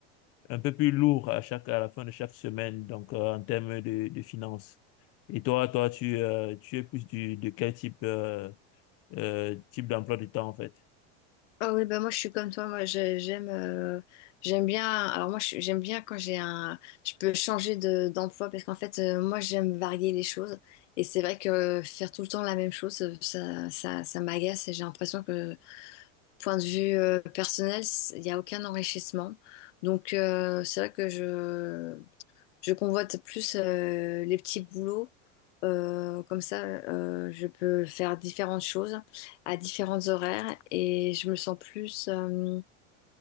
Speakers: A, on the left; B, on the left.
A: un peu plus lourd à chaque, à la fin de chaque semaine, donc euh, en termes de, de finances. Et toi, toi, tu, euh, tu es plus du, de quel type, euh, euh, type d'emploi du temps en fait?
B: Ah oui, bah moi, je suis comme toi. Moi, je- j'aime euh, j'aime bien. Alors, moi, je- j'aime bien quand j'ai un. Je peux changer de, d'emploi parce qu'en fait, euh, moi, j'aime varier les choses. Et c'est vrai que faire tout le temps la même chose, euh, ça, ça, ça m'agace et j'ai l'impression que, point de vue euh, personnel, c- il n'y a aucun enrichissement. Donc, euh, c'est vrai que je. Je convoite plus euh, les petits boulots. Euh, comme ça, euh, je peux faire différentes choses à différents horaires et je me sens plus, euh,